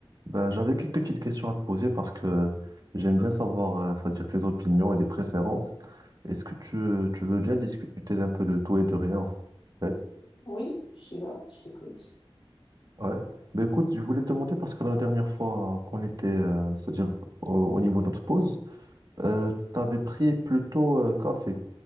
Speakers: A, on the right (about 45°); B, on the left (about 60°).
A: Ben, j'avais quelques petites questions à te poser parce que j'aime bien savoir, euh, c'est-à-dire tes opinions et les préférences. Est-ce que tu, tu veux bien discuter d'un peu de tout et de rien en fait?
B: Oui, je suis là, je t'écoute.
A: Ouais. Ben écoute, je voulais te demander parce que la dernière fois qu'on était, euh, c'est-à-dire au, au niveau de notre pause, euh, tu avais pris plutôt euh, café.